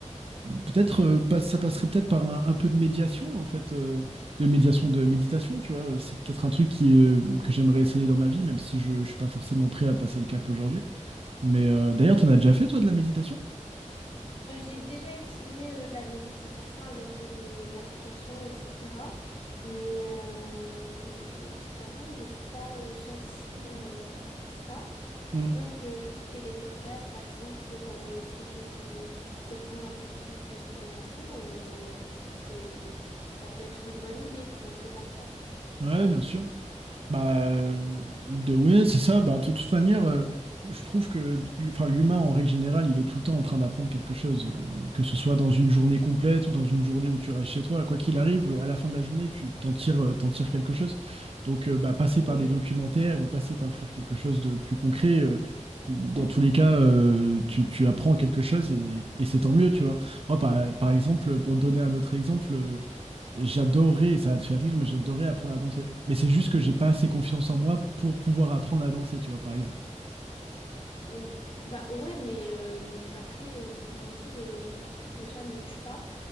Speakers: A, on the right; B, on the left.
A: Peut-être, euh, pas- ça passerait peut-être par un, un peu de médiation, en fait, euh, de médiation, de méditation, tu vois. C'est peut-être un truc qui, euh, que j'aimerais essayer dans ma vie, même si je ne suis pas forcément prêt à passer le cap aujourd'hui. Mais euh, d'ailleurs, tu en as déjà fait, toi, de la méditation?
B: Euh, J'ai déjà essayé euh, de la méditation avec euh, des applications, etc. Mais euh, je, je t'avoue, je ne suis pas euh, sensible euh, à ça. Par
A: Mm.
B: contre, euh, écouter des podcasts, par exemple, pour euh, essayer de comprendre un peu plus euh, ce qui m'entoure, euh, c'est, ça peut être une bonne idée, commencer par ça.
A: Ouais, bien sûr. Bah, euh, de, ouais, c'est ça. Bah, de toute manière, euh, je trouve que enfin, l'humain, en règle générale, il est tout le temps en train d'apprendre quelque chose, euh, que ce soit dans une journée complète ou dans une journée où tu restes chez toi. Quoi qu'il arrive, à la fin de la journée, tu t'en tires, euh, t'en tires quelque chose. Donc, euh, bah, passer par
B: Oui.
A: des documentaires ou passer par faire quelque chose de plus concret, euh, dans tous les cas, euh, tu, tu apprends quelque chose et, et c'est tant mieux, tu vois. Moi, par, par exemple, pour te donner un autre exemple, euh, J'adorais, ça va te faire rire, mais j'adorais apprendre à danser. Mais c'est juste que j'ai pas assez confiance en moi pour pouvoir apprendre à danser, tu vois, par exemple.
B: Ou- Bah ouais, mais euh, après, euh, comme on dit, le ridicule déjà ne tue pas.